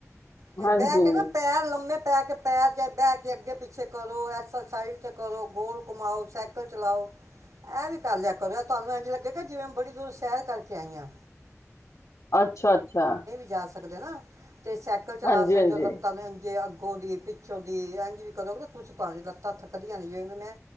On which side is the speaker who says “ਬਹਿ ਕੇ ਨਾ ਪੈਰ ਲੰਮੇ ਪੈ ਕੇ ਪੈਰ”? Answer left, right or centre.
Right